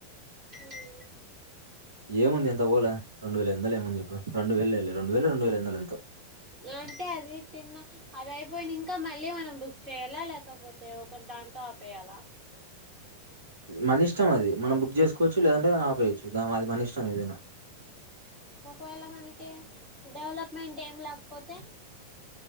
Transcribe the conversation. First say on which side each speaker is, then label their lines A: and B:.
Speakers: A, on the right; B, on the right.
A: అ
B: ఏముంది ఎంత పోఓలే రెండు వేల ఎందలు ఏమని చెప్పి రెండు వేలు రెండు వేలు రెండు వేల ఎందలు ఎంతో
A: అంటే అది తిన్నా అది అయిపోయి ఇంకా మళ్ళీ మనం బుక్ చేయాలా లేకపోతే ఒకటి దాంతో ఆపేయాల
B: మన ఇష్టం అది మనం బుక్ చేసుకోవచ్చు లేదంటే ఆపేయచ్చు దా అది మన ఇష్టం ఏదైనా
A: ఒకవేళ మనకి డెవలప్మెంట్ ఏం లేకపోతే